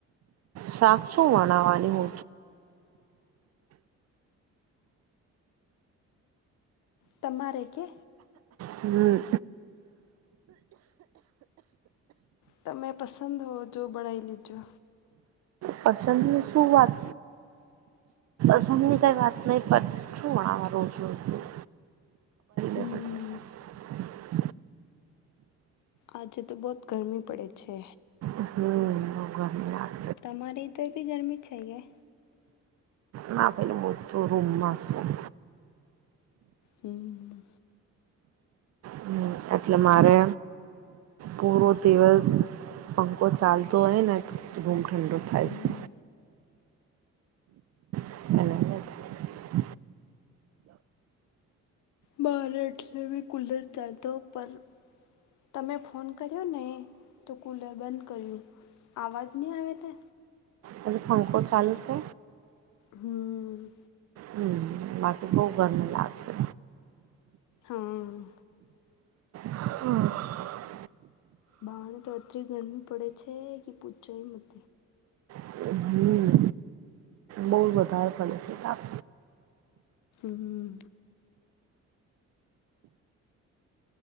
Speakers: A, on the right; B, on the left.
A: સાક સુ બનાવાની હુ
B: તમારેકે
A: હમ્મ.
B: તમે પસંદ હોવ જો બનાઈ લેજો.
A: પસંદની શું વાત પસંદની કંઈ વાત નહીં પણ શું આ રોજ-રોજનું.
B: હમ.
A: <unintelligible>
B: આજે તો બહોત ગરમી પડે છે.
A: હમ્મ. <unintelligible>
B: તમારી ત્યાં ભી ગરમી છે <unintelligible>
A: ના પહેલું હું તો રૂમ માં સૂવું.
B: હમ્મ.
A: હમ્મ, એટલે મારે પૂરો દિવસ પંખો ચાલતો હોય ને તો <unintelligible> ઠંડો થાય
B: હમ
A: સે. <unintelligible>
B: મારે એટલે બી કુલર ચાલતો પર. તમે ફોન કર્યો ને તો કુલર બંધ કર્યું. અવાજ નહીં આવે તે?
A: પહેલો પંખો ચાલુ સે.
B: હમ
A: હમ્મ. બાકી બહુ ગરમી લાગશે.
B: હમ્મ.
A: હા.
B: બાર તો એતરી ગરમી પડે છે કી પૂછો હી મત.
A: હમ બહુ વધારે પડે સે કાં.
B: હમ્મ.